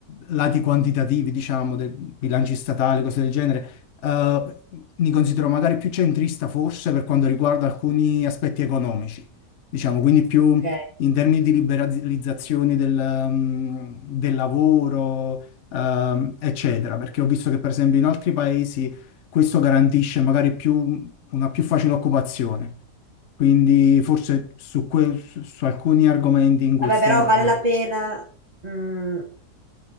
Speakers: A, on the left; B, on the right.
A: lati quantitativi, diciamo, dei bilanci statali, cose del genere. eh, mi considero magari più centrista forse per quanto riguarda alcuni aspetti economici, diciamo, quindi più
B: ok?
A: in termini di liberalizzazione del, ehm, del lavoro, ehm, eccetera, perché ho visto che per esempio in altri paesi questo garantisce magari più, una più facile occupazione. Quindi forse su, que- su su alcuni argomenti in quel
B: Vabbè,
A: senso.
B: però vale la pena, mh,